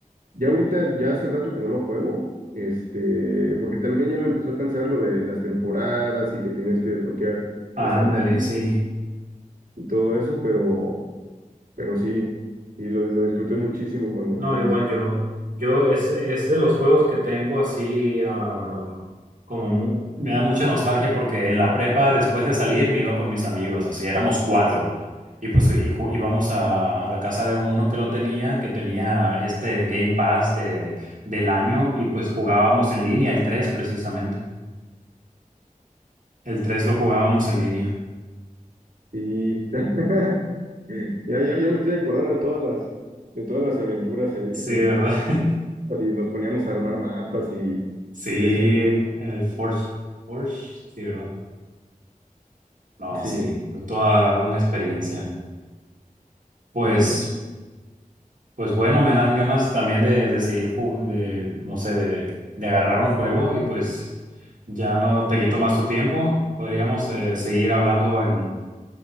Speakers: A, on the right; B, on the right.
A: Ya ahorita, ya hace rato que no lo juego, este, porque también ya me empezó a cansar lo de las temporadas y que tenías que desbloquear
B: ándale,
A: las armas
B: sí.
A: y todo eso, pero, pero sí, sí, lo, lo disfruté muchísimo cuando,
B: No,
A: cuando,
B: igual yo. Yo es, es de los juegos que tengo así, ah, como mu- me da mucha nostalgia porque en la prepa, después de salir, me iba con mis amigos, así éramos cuatro. Y pues y ju- íbamos a, a la casa de uno que lo tenía, que tenía este Game Pass de, del año, y pues jugábamos en línea, el tres precisamente. El 3 lo jugábamos en línea.
A: sí. <laughs> Ya, ya, ya me estoy acordando de todas las, de todas las aventuras ahí
B: Sí,
A: que,
B: ¿verdad? <laughs>
A: así, nos poníamos a armar mapas y,
B: Sí,
A: y
B: en
A: se hacían,
B: el Forge. Forge, sí, ¿verdad? No,
A: sí,
B: sí, toda una experiencia. Pues.
A: sí,
B: Pues bueno, me dan ganas también de, de seguir, ju- de, no sé, de, de agarrar un juego y pues ya no te quito más tu tiempo. Podríamos eh, seguir hablando en,